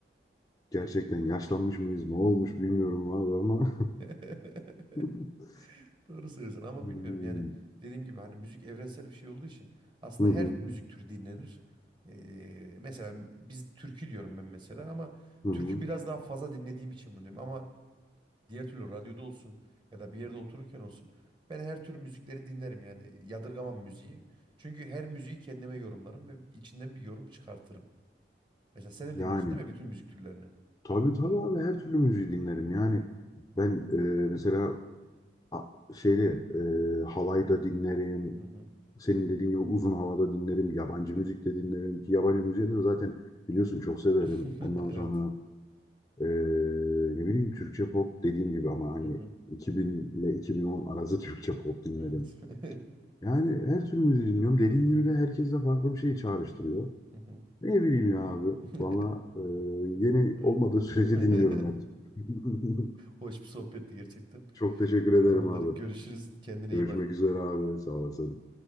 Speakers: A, on the left; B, on the right.
A: <laughs> gerçekten yaşlanmış mıyız, ne olmuş bilmiyorum abi ama.
B: <laughs>
A: <laughs>
B: Doğru söylüyorsun ama
A: Hmm,
B: bilmiyorum yani dediğim gibi hani müzik evrensel bir şey olduğu için aslında
A: Hı hı,
B: her müzik türü dinlenir. Ee, mesela biz türkü diyorum ben mesela ama
A: hı
B: türkü
A: hı.
B: biraz daha fazla dinlediğim için bunu diyorum ama diğer türlü radyoda olsun ya da bir yerde otururken olsun ben her tür müzikleri dinlerim yani yadırgamam müziği. Çünkü her müziği kendime yorumlarım ve içinden bir yorum çıkartırım. Mesela sen de
A: Yani
B: dinliyorsun değil mi bütün müzik türlerini?
A: tabii tabii abi her türlü müziği dinlerim. Yani
B: Hı hı.
A: ben e, mesela a- şeyde e, halayda dinlerim.
B: Hı hı.
A: Senin dediğin gibi uzun havada dinlerim. Yabancı müzik de dinlerim. Ki yabancı müziği de zaten biliyorsun çok severim.
B: <laughs>
A: Ondan
B: Evet.
A: sonra e, ne bileyim Türkçe pop dediğim gibi ama hani
B: Hı hı.
A: 2000 ile 2010 arası Türkçe pop dinlerim.
B: Evet. <laughs>
A: Yani her türlü müziği dinliyorum. Dediğin
B: Hı hı.
A: gibi de herkes de farklı bir şey çağrıştırıyor.
B: Hı hı.
A: Ne bileyim ya abi.
B: <laughs>
A: Valla e, yeni
B: Evet.
A: olmadığı sürece
B: <laughs>
A: dinliyorum her. <laughs>
B: Hoş bir sohbetti gerçekten.
A: Çok teşekkür ederim
B: Tamamdır.
A: abi.
B: Görüşürüz. Kendine
A: Görüşmek
B: iyi bak.
A: üzere abi. Sağ olasın.